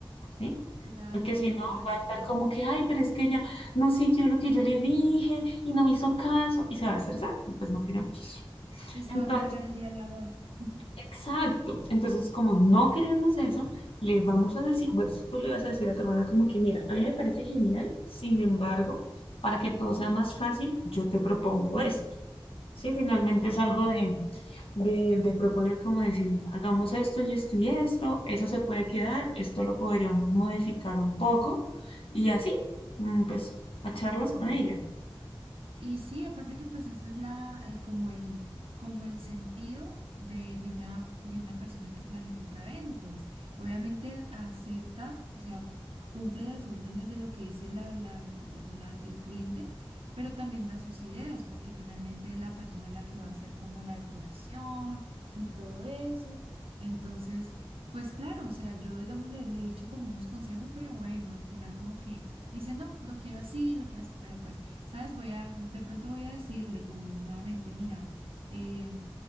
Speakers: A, on the left; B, on the right.
A: ¿sí?
B: claro,
A: Porque si no,
B: ya está
A: va a estar como que, ay, pero es que ella no siguió lo que yo le dije y no me hizo caso y se va a estresar. y Pues no queremos eso.
B: Y se
A: Entonces,
B: va a amargar el día de la boda. <laughs>
A: exacto. Entonces, como no queremos eso, le vamos a decir, pues tú le vas a decir a tu hermana como que, mira, a mí me parece genial, sin embargo, para que todo sea más fácil, yo te propongo esto. Sí, finalmente es algo de de, de proponer como decir, mira, hagamos esto y esto y esto, eso se puede quedar, esto lo podríamos modificar un poco y así, mm, pues, a charlas
B: Claro.
A: con ella.
B: Y sí, aparte que pues ese es la, eh, como el, como el sentido de, de una, de una persona que planifica eventos. Obviamente acepta, o sea, cumple las órdenes de lo que dice la, la- la- el cliente, pero también da sus ideas, porque finalmente es la persona la que va a hacer como la decoración y todo eso. Entonces, pues claro, o sea, yo digamos le, le he dicho como unos consejos, pero bueno, al final como que dice, no, lo quiero así, lo quiero así, pero pues... ¿Sabes? Voy a, de pronto voy a decirle como nuevamente, mira, eh,